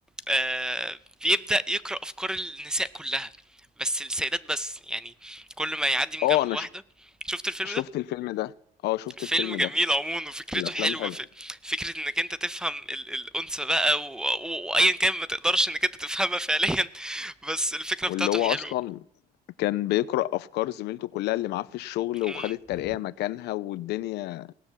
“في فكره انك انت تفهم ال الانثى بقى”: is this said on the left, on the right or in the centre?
Centre